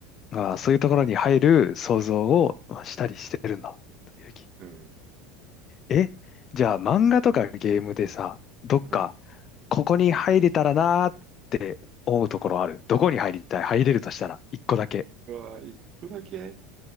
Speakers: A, on the left (about 30°); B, on the right (about 30°).
A: ああ、そういうところに入る想像をまあしたりしてるんだ。という気
B: うん。
A: え、じゃあ漫画とかゲームでさ、どっか、
B: うん。
A: ここに入れたらなーって思うところある。どこに入りたい入れるとしたら、一個だけ。
B: うわ、一個だけ